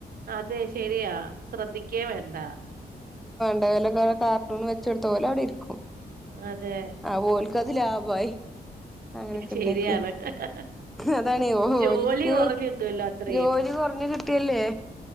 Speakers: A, on the right (about 60°); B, in the centre.
A: അതെ ശരിയാ ശ്രദ്ധിക്കേ വേണ്ട.
B: ഓലക്കെ കാർട്ടൂണ്‌വെച്ചെടുത്ത ഓലഅവിടെ ഇരിക്കും.
A: അതെ
B: ആഓൽക്കതി ലാഭമായി. അങ്ങനെയൊക്കെ
A: ശരിയാണ്
B: ഉണ്ടെങ്കി അതാണ്
A: ജോലി
B: ഓലക്ക്
A: കൊറഞ്ഞ് കിട്ടുവല്ലോ അത്രയും
B: <unintelligible> കുറഞ്ഞഞ് കിട്ടിയല്ലേ